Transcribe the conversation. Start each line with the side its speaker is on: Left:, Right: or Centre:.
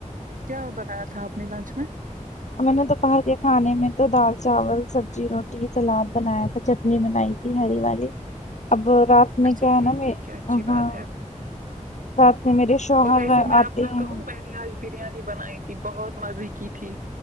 Right: کیا بنایا تھا آپ نے لنچ میں
Left: میں نے دوپہر کے کھانے میں تو دال چاول سبزی روٹی سلاد بنایا تھا چ نی منائی تھی ہری والی اب رات میں
Right: اچھا
Left: کیا
Right: ٹھیک
Left: ہے نا میں
Right: ٹھیک ہے اچھی
Left: ہاں
Right: بات ہے
Left: رات میں میرے شوہر
Right: اور ویسے میں
Left: آتے
Right: اپنا
Left: ہیں
Right: کہوں میں نے آج بریانی بنائی تھی بہت مزے کی تھی